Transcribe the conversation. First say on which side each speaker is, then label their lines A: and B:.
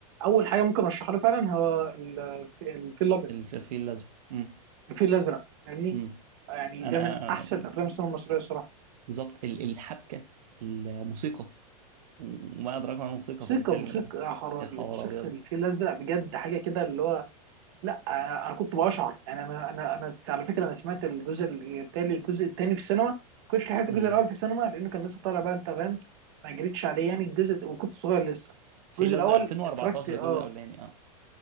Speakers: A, on the right; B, on the right.
A: اول حاجه ممكن ارشحها له فعلا هو ال- الفيل الابيض
B: الفيل الازرق امم
A: الفيل الازرق فاهمني
B: امم
A: يعني
B: انا
A: ده من
B: آم،
A: احسن افلام السينما المصريه الصراحه
B: بالظبط ال- الحبكه الموسيقى وما ادراك ما الموسيقى
A: موسيقى
B: في الفيلم
A: موسيقى
B: ده
A: يا خرابي
B: يا خبر
A: موسيقى
B: ابيض
A: الفيل الازرق بجد حاجه كده اللي هو لا انا أنا كنت بشعر يعني انا انا انا على فكره انا سمعت الجزء التاني الجزء التاني في السينما كنتش لحقت
B: امم
A: الجزء الاول في السينما لانه كان لسه طالع بقى انت فاهم ما جريتش عليه يعني الجزء وكنت صغير لسه
B: الفيل
A: الجزء
B: الازرق
A: الاول
B: 2014
A: اتفرجت اه
B: الجزء الاولاني اه